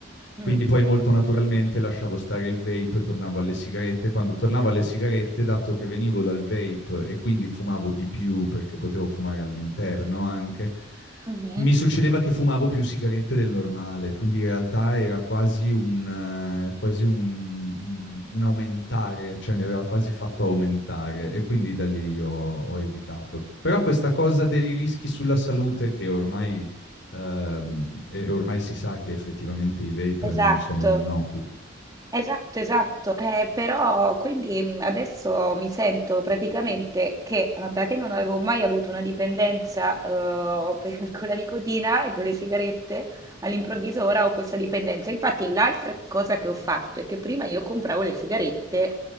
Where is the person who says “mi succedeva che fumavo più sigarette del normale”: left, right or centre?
Left